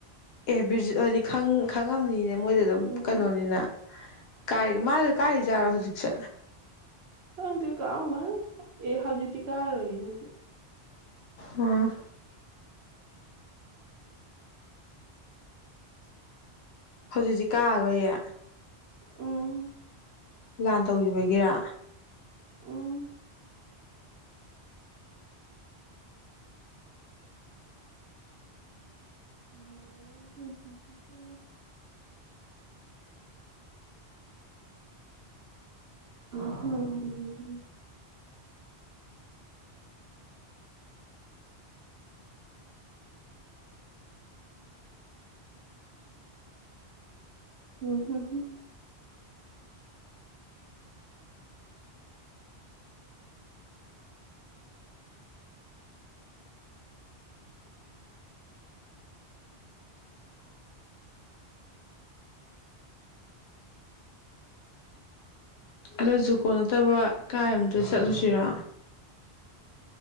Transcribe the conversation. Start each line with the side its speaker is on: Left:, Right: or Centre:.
Left: ꯑꯦ ꯕꯤꯔꯖꯤꯠ ꯍꯣꯏꯗꯤ ꯈꯪ ꯈꯪꯉꯝꯅꯤꯅꯦ ꯃꯣꯏꯗꯤ ꯑꯗꯨꯝ
Right: ꯎꯝ
Left: ꯀꯩꯅꯣꯅꯤꯅ ꯀꯥꯏ ꯃꯥꯅ ꯀꯥꯥꯢꯔꯩꯖꯠꯅꯣ ꯍꯧꯖꯤꯛ <unintelligible>
Right: ꯈꯡꯗꯦ ꯀꯥꯛꯑꯝꯒꯅꯤ꯫ ꯑꯦ ꯍꯧꯖꯤꯛꯇꯤ ꯀꯥꯔꯔꯣꯏꯍꯦ ꯅꯪꯁꯨ꯫
Left: ꯎꯝ꯫ ꯍꯧꯖꯤꯛꯁꯤ ꯀꯥꯔꯔꯣꯏꯌꯦ꯫
Right: ꯎꯝ꯫
Left: ꯂꯥꯟ ꯇꯧꯒꯤꯕꯒꯤꯔꯥ꯫
Right: ꯎꯝ <unintelligible> <unintelligible> ꯎꯝ <unintelligible>
Left: ꯑꯗꯣ ꯖꯨꯀꯣ ꯅꯠꯇꯕ ꯀꯥꯏꯗ ꯑꯃꯇ ꯆꯠꯂꯨꯁꯤꯔꯣ꯫